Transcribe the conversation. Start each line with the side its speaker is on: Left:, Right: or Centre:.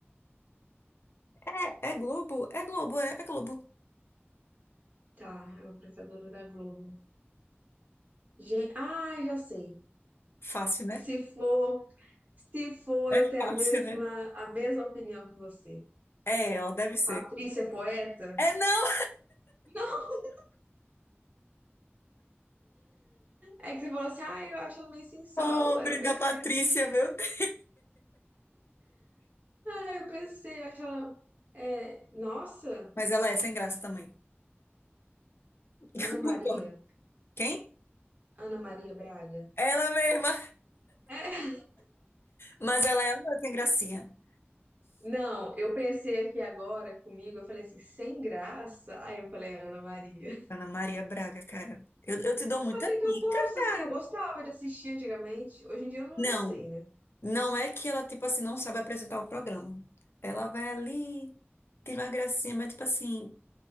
Left: É, é Globo, é Globo, é, é Globo.
Right: Tá, é uma apresentadora da Globo. Gente, ah, já sei.
Left: Fácil, né?
Right: Se for, se for,
Left: É
Right: eu tenho
Left: fácil,
Right: a mesma,
Left: né?
Right: a mesma opinião que você.
Left: É, ela deve ser.
Right: Patrícia é poeta?
Left: É não,
Right: Não, é que você falou assim, ah, eu acho ela meio sem sal.
Left: pobre
Right: Aí eu pensei,
Left: da Patrícia, meu Deus.
Right: ah, eu pensei, eu acho ela. É, nossa,
Left: Mas ela é sem graça também. <laughs> Eu
Right: Ana Maria,
Left: concordo. Quem?
Right: Ana Maria Braga.
Left: Ela mesma.
Right: É.
Left: Mas ela é uma sem gracinha.
Right: Não, eu pensei aqui agora comigo, eu falei assim, sem graça. Aí eu falei, Ana Maria.
Left: Ana Maria Braga, cara. Eu, eu te dou muita
Right: Até que
Left: dica,
Right: eu gosto,
Left: cara.
Right: assim, eu gostava de assistir antigamente. Hoje em dia eu não,
Left: Não,
Right: eu não sei, né?
Left: não é que ela, tipo assim, não sabe apresentar o programa. Ela vai ali, tira uma gracinha, mas, tipo assim,